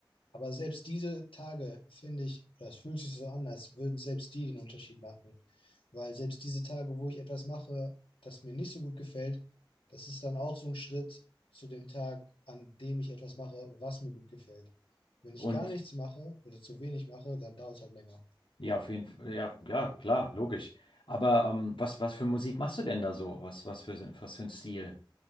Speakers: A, on the left; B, on the left.
A: aber selbst diese Tage, finde ich, das fühlt sich so an, als würden selbst die den Unterschied machen. Weil selbst diese Tage, wo ich etwas mache, das mir nicht so gut gefällt, das ist dann auch so ein Schritt zu dem Tag, an dem ich etwas mache, was mir gut gefällt. Wenn ich
B: Und
A: gar nichts mache oder zu wenig mache, dann dauert es halt länger.
B: Ja, auf jeden Fall. Ja, ja, klar, logisch. Aber ähm, was, was für Musik machst du denn da so? Was, was für, was für ein Stil?